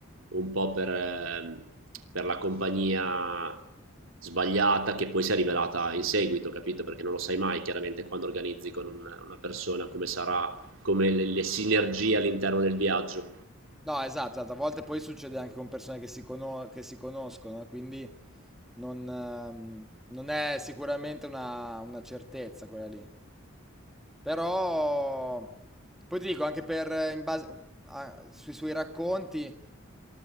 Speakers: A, on the right; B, in the centre.
A: un po' per, ehm, per la compagnia sbagliata che poi si è rivelata in seguito, capito? Perché non lo sai mai chiaramente quando organizzi con un- una persona come sarà, come le le sinergie all'interno del viaggio.
B: no, esatto, esatto, a volte poi succede anche con persone che si, cono- che si conoscono, eh, quindi non, ehm, non è sicuramente una una certezza quella lì. Però poi ti dico anche per eh, in base a- sui suoi racconti